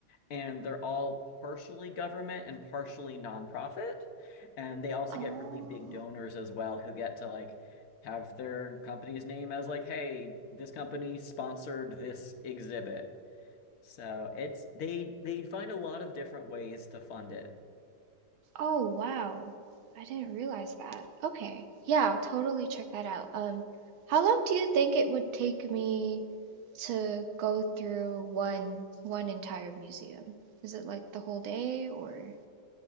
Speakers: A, on the left (about 60°); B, on the right (about 75°).
A: And they're all partially government and partially nonprofit. And they also
B: Oh.
A: get really big donors as well who get to like have their company's name as like, hey, this company sponsored this exhibit. So it's they they find a lot of different ways to fund it.
B: Oh wow. I didn't realize that. Okay. Yeah, I'll totally check that out. Um, how long do you think it would take me to go through one one entire museum? Is it like the whole day or?